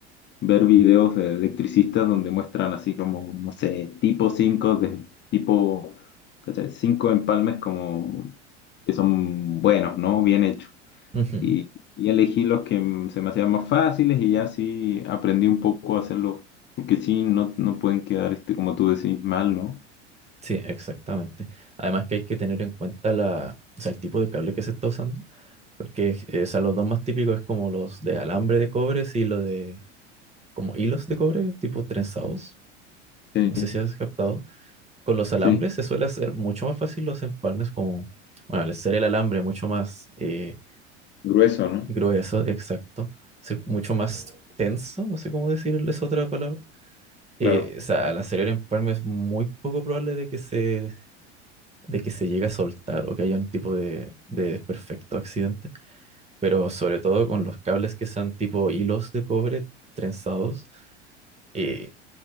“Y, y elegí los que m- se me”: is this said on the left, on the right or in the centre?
Left